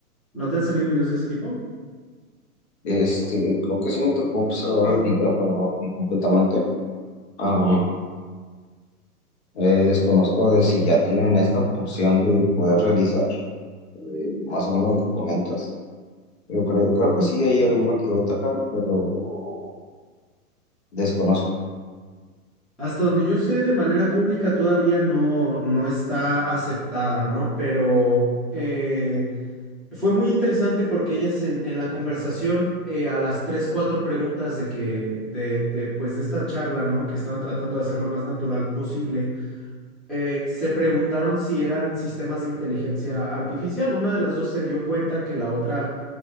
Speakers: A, in the centre; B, on the left.
A: ¿No te han salido videos de ese tipo?
B: Este, creo que sí me tocó observar el video, pero no lo vi completamente. Ah, eh, desconozco de si ya tienen esta función de poder realizar eh, más o menos lo que comentas. Yo creo, creo que sí hay alguna que otra, pero desconozco.
A: Hasta donde yo sé, de manera pública todavía no, no está aceptada, ¿no? Pero eh, fue muy interesante porque ellas en, en la conversación, eh, a las tres, cuatro preguntas de que, de, de, pues de esta charla, ¿no? Que estaban tratando de hacer lo más natural posible eh, se preguntaron si eran sistemas de inteligencia artificial. Una de las dos se dio cuenta que la otra